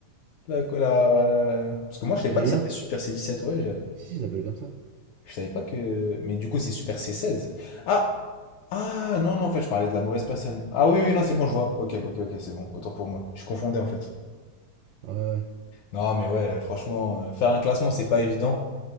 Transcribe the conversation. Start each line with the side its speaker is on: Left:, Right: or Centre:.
Left: la, la- la- la- Parce que moi, je savais
Right: Le
Left: pas que
Right: lien
Left: ça s'appelait Super c dix sept ouais. Je,
Right: Si, il s'appelle comme ça.
Left: je savais pas que. Mais du coup, c'est Super c seize Ah! Ah non, non, en fait, je parlais de la mauvaise personne. Ah oui, oui, non, c'est bon, je vois. Ok, ok, ok, c'est bon. Autant pour moi. Je confondais, en fait.
Right: Ouais, ouais.
Left: Non, mais ouais, franchement, euh, faire un classement, c'est pas évident.